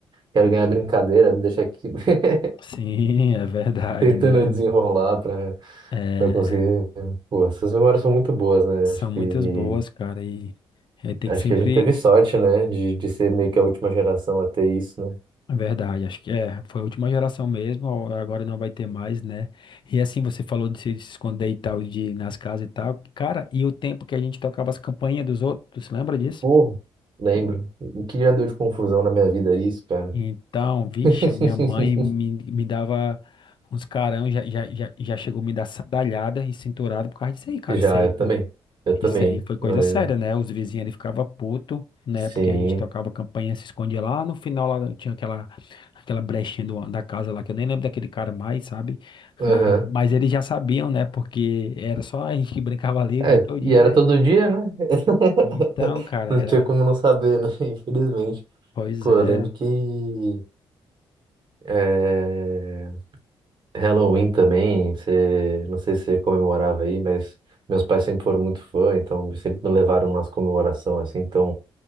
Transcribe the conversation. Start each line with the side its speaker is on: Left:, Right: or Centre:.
Right: quero ganhar brincadeira, me deixa aqui. <laughs>
Left: <laughs> Sim, é verdade,
Right: tentando
Left: né?
Right: desenrolar para
Left: É,
Right: eu conseguir. Pô, essas memórias são muito boas, né?
Left: são
Right: Acho
Left: muitas
Right: que
Left: boas, cara, e é, tem
Right: acho
Left: que sempre.
Right: que a gente teve sorte, né, de, de ser meio que a última geração a ter isso, né?
Left: É verdade, acho que é, foi a última geração mesmo, ou agora não vai ter mais, né? E assim, você falou de se esconder e tal, de ir nas casas e tal. Cara, e o tempo que a gente tocava as campainhas dos outros, lembra disso?
Right: Pô, lembro. O que já deu de confusão na minha vida é isso, cara.
Left: Então, vixe,
Right: <laughs>
Left: a minha mãe me, me dava uns carão, já, já, já, já chegou a me dar sandalhada e cinturada por causa disso aí, cara.
Right: Já,
Left: Isso aí,
Right: eu também. Eu também.
Left: isso aí foi coisa
Right: Uma vez.
Left: séria, né? Os vizinhos ele ficava puto, né?
Right: Sim.
Left: Porque a gente tocava campainha, se escondia lá. No final lá tinha aquela, aquela brechinha do- da casa lá, que eu nem lembro daquele cara mais, sabe? Cara,
Right: Aham.
Left: mas eles já sabiam, né? Porque era só a gente que brincava ali o
Right: É,
Left: dia todinho,
Right: e era
Left: né?
Right: todo dia, né? <laughs>
Left: Então, cara,
Right: Não
Left: era.
Right: tinha como não saber, né? <laughs> Infelizmente.
Left: Pois
Right: Pô,
Left: é,
Right: eu lembro que. eh, Halloween também, você, não sei se você comemorava aí, mas meus pais sempre foram muito fã, então sempre me levaram nas comemorações, assim, então